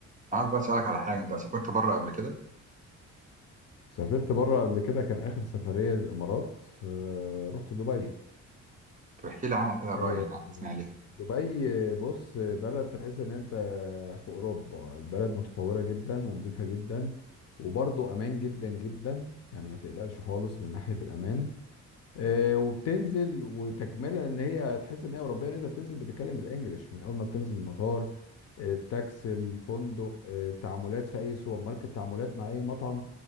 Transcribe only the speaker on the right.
عايز بقى اسالك على حاجه انت سافرت بره قبل كده
طب احكي لي عنها كده
بقى يعني عرفني عليها